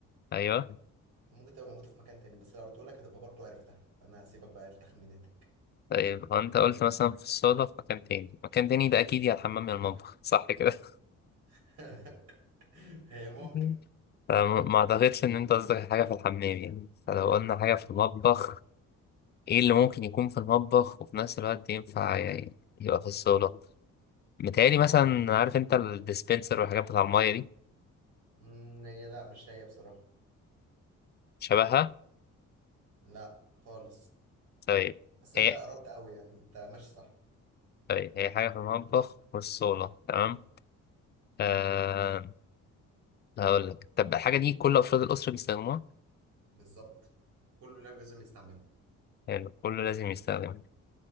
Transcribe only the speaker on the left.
أيوه
طيب هو أنت قلت مثلا في الصالة في مكان تاني مكان تاني ده أكيد يا الحمام يا المطبخ صح كده؟
<laughs> فما ما أعتقدش إن أنت قصدك حاجة في الحمام يعني فلو قلنا حاجة
في المطبخ ايه
اللي ممكن يكون في المطبخ وفي نفس الوقت ينفع ي- يبقى في الصالة متهيألي
مثلا عارف انت الديسبنسر والحاجات بتاع المية دي
شبهها
طيب
هي
طيب هي حاجة في المطبخ وفي الصالة تمام آه هقول لك طب الحاجة دي كل أفراد الأسرة بيستخدموها
حلو كله لازم يستخدمها